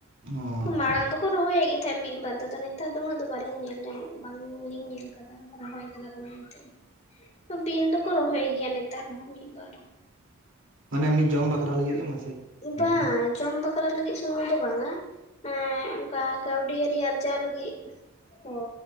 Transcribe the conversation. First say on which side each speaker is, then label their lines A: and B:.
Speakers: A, on the right; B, on the left.
A: ᱚ ᱟᱪᱪᱷᱟ
B: ᱢᱟᱲᱟᱝ ᱫᱚ ᱨᱚᱦᱚᱭᱮᱫ ᱜᱮ ᱛᱟᱦᱮᱸᱫ ᱢᱤᱫ ᱵᱟᱨ ᱫᱚᱚ ᱱᱮᱛᱟᱨ ᱫᱚ ᱩᱱᱟᱹᱜ ᱫᱚ ᱵᱟᱞᱤᱧ ᱧᱮᱞ ᱧᱟᱢᱚᱜ ᱵᱟᱝᱞᱤᱧ ᱧᱮᱞ ᱠᱟᱫᱟ ᱛᱟ ᱨᱚᱦᱚᱭ ᱠᱟᱫᱟ ᱠᱚ ᱢᱮᱱᱛᱮ ᱵᱤᱱ ᱫᱚᱠᱚ ᱨᱚᱦᱚᱭ ᱜᱮᱭᱟ ᱱᱮᱛᱟᱨ ᱦᱚᱸ ᱢᱤᱫ ᱵᱟᱨ
A: ᱢᱟᱱᱮ ᱮᱢᱱᱤ ᱡᱚᱢ ᱵᱟᱠᱷᱨᱟ ᱞᱟᱹᱜᱤᱫ ᱜᱮ ᱢᱟᱥᱮ ᱟᱹᱠᱷᱨᱤᱧ
B: ᱵᱟᱝ
A: ᱞᱟᱹᱜᱤᱫ ᱦᱚᱸ
B: ᱡᱚᱢ ᱵᱟᱠᱷᱨᱟ ᱞᱟᱹᱜᱤᱫ ᱥᱩᱢᱩᱝ ᱫᱚ ᱵᱟᱝᱟ ᱮ ᱚᱱᱠᱟ ᱠᱟᱹᱣᱰᱤ ᱟᱨᱤ ᱟᱨᱡᱟᱣ ᱞᱟᱹᱜᱤᱫ ᱚ